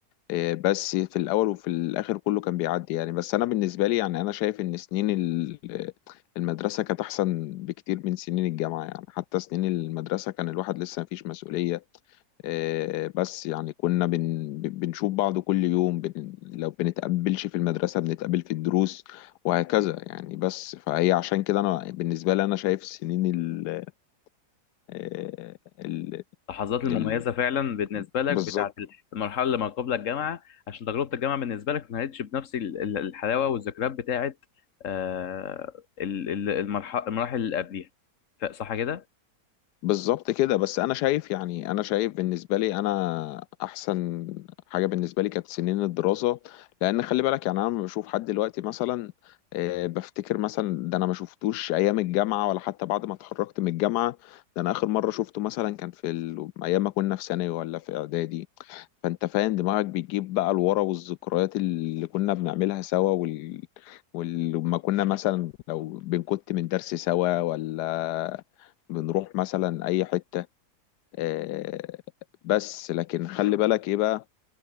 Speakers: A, on the left (about 85°); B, on the left (about 55°).
A: آه، بس في الأول وفي الآخر كله كان بيعدي يعني بس أنا بالنسبة لي يعني أنا شايف إن سنين ال- المدرسة كانت أحسن بكتير من سنين الجامعة يعني حتى سنين المدرسة كان الواحد لسه مفيش مسؤولية آه، بس يعني كنا بن بنشوف بعض كل يوم بن لو بنتقابلش في المدرسة بنتقابل في الدروس وهكذا يعني بس فهي عشان كده أنا بالنسبة لي أنا شايف سنين ال آه، ال
B: اللحظات المميزه
A: ال
B: فعلا بالنسبه لك
A: بالظبط
B: بتاعت المرحله اللي ما قبل الجامعه عشان تجربه الجامعه بالنسبه لك ما كانتش بنفس ال- ال- الحلاوه والذكريات بتاعت آه، ال- ال- المرح- المراحل اللي قبليها ف- صح كده
A: بالظبط كده بس انا شايف يعني انا شايف بالنسبه لي انا احسن حاجه بالنسبه لي كانت سنين الدراسه لان خلي بالك يعني انا لما بشوف حد دلوقتي مثلا آه، بفتكر مثلا ده انا ما شفتوش ايام الجامعه ولا حتى بعد ما اتخرجت من الجامعه ده انا اخر مره شفته مثلا كان في ال... ايام ما كنا في ثانوي ولا في اعدادي فانت فاهم دماغك بتجيب بقى لورا والذكريات اللي كنا بنعملها سوا وال... ولما كنا مثلا لو بنكت من درس سوا ولا بنروح مثلا اي حتة آه، بس لكن خلي بالك ايه بقى